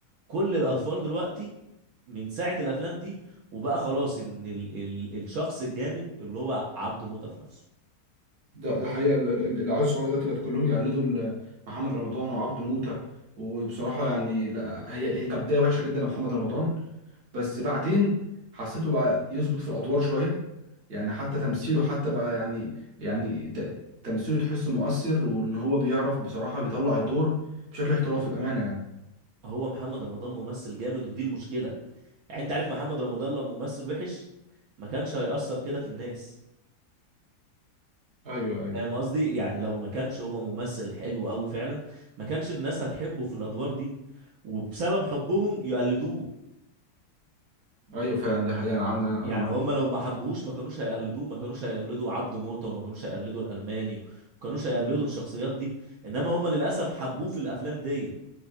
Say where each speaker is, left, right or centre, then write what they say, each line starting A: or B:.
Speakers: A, on the right; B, on the right.
A: كل الاطفال دلوقتي من ساعه الافلام دي وبقى خلاص ان ال... ال... الشخص الجامد اللي هو عبده موطة في نفسه
B: ده ده حقيقة ال- ال- ال- العيال الصغيرة دلوقتي بقت كلهم يقلدوا ال- محمد رمضان وعبده موتة وبصراحة يعني لا هي هي كانت بداية وحشة جدا لمحمد رمضان بس بعدين حسيته بقى يظبط في الادوار شويه يعني حتى تمثيله حتى بقى يعني يعني ت- تمثيله تحس مؤثر وان هو بيعرف بصراحه بيطلع الدور بشكل احترافي بامانه يعني
A: هو محمد رمضان ممثل جامد ودي المشكلة يعني انت عارف محمد رمضان لو ممثل وحش ما كانش هيأثر كده في الناس
B: ايوه ايوه
A: فاهم قصدي يعني لو ما كانش هو ممثل حلو قوي فعلا ما كانش الناس هتحبه في الادوار دي وبسبب حبهم يقلدوه
B: ايوه فعلا ده حقيقه انا عندي انا
A: يعني
B: معاك
A: هم لو ما حبوهوش ما كانوش هيقلدوه ما كانوش هيقلدوا عبده موته وما كانوش هيقلدوا الالماني وما كانوش هيقلدوا الشخصيات دي انما هم للاسف حبوه في الافلام ديت